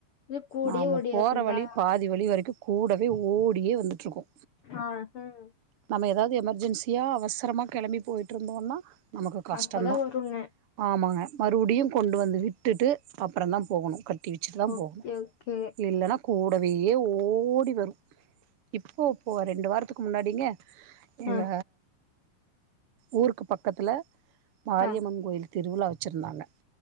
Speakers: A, on the left (about 85°); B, on the right (about 50°).
A: இது கூடயே
B: நாம
A: ஓடியாருதுங்களா
B: போற வழி பாதி வழி வரைக்கு கூடவே ஓடியே வந்துட்டுருக்கு
A: ஆ ம்
B: நம்ம எதாவ்து எமர்ஜென்சியா அவசரமா கெளம்பி போயிட்டுருந்தோனா நமக்கு கஷ்டம்ந்தா
A: அப்பதா வருங்க
B: ஆமாங்க மறுபடியு கொண்டு வந்து விட்டுட்டு அப்புறந்தா போகணு கட்டி வெச்சுட்டுதா
A: ஓகே
B: போகணு
A: ஓகே
B: இல்லனா கூடவே ஓடி வரு இப்போ ப்போ ரெண்டு வாரத்துக்கு முன்னாடிங்க எங்க
A: ஆ
B: ஊருக்கு பக்கத்துல மாரியம்மன்
A: ஆ
B: கோயில் திருவிழா வெச்சிருந்தாங்க